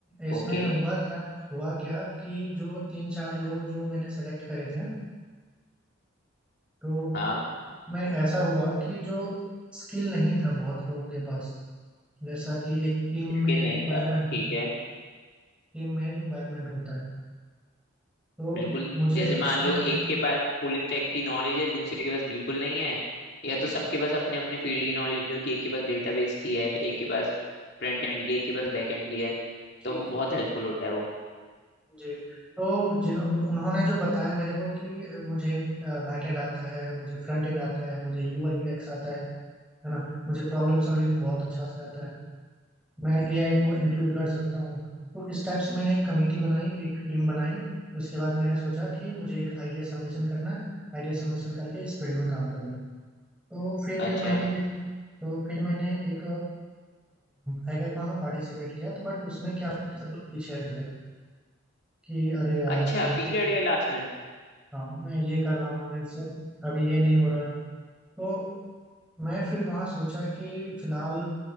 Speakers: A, in the centre; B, on the left.
A: इसमें
B: ओके
A: हुआ क्या हुआ क्या कि जो तीन चार लोग जो मैंने सेलेक्ट करे थे तो
B: हाँ
A: मैं ऐसा हुआ कि जो स्किल नहीं था बहुत लोगों के पास जैसा कि एक टीम
B: स्किल
A: में
B: नहीं
A: रिक्वायरमेंट
B: था
A: होता
B: ठीक
A: है
B: है
A: टीम में रिक्वायरमेंट होता है तो
B: बिल्कुल
A: मुझे
B: जैसे मान
A: उस
B: लो
A: टाइम
B: एक के पास फुल स्टैक की नॉलेज है दूसरे के पास बिल्कुल नहीं है या तो सबके पास अपने अपने फील्ड की नॉलेज हो कि एक के पास डेटाबेस की है एक के पास फ्रंट एंड की है, एक के पास बैक एंड की है
A: जी
B: तो वो
A: जी
B: बहुत हेल्पफुल होता है वो
A: जी तो जिन उन- उन्होंने जो बताया मेरे को कि मुझे बैक एंड आता है मुझे फ्रंट एंड आता है मुझे यूआई यूएक्स आता है है ना मुझे प्रॉब्लम सॉल्विंग बहुत अच्छा से आता है मैं एआई को इंक्लूड कर सकता हूँ तो इस टाइप से मैंने एक कमेटी बनाई एक टीम बनाई उसके बाद मैंने सोचा कि मुझे एक आइडिया सबमिशन करना है आइडिया सबमिशन करके इस फील्ड में काम करना है तो फिर
B: अच्छा
A: मैंने ये तो फिर मैंने एक हैकाथॉन में पार्टिसिपेट किया तो बट उसमें क्या हुआ कि सब लोग पीछे हट गए कि अरे यार
B: अच्छा
A: मैं ये
B: पीछे हट गया लास्ट में
A: हाँ मैं ये कर रहा हूँ मैं इससे अभी ये नहीं हो रहा तो मैं फिर वहाँ सोचा कि फिलहाल